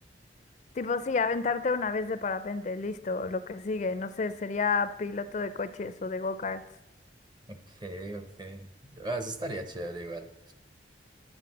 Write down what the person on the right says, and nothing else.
Ok, ok. Ah, Eso estaría chévere igual.